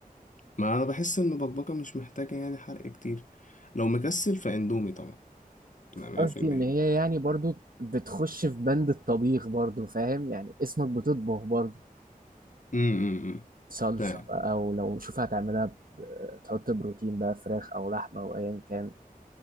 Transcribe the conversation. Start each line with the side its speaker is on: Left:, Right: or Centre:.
Left: ما انا بحس ان المبكبكة مش محتاجة يعني حرق كتير لو مكسل فاندومي طبعا لا مية
Right: قصدي
Left: في المية
Right: ان هي يعني برضو بتخش في بند الطبيخ برضو فاهم يعني اسمك بتطبخ برضو
Left: امم امم، امم.
Right: صلصة
Left: فاهم
Right: بقى أو لو شوف هتعملها ب- تحط بروتين بقى فراخ أو لحمة أو أيا كان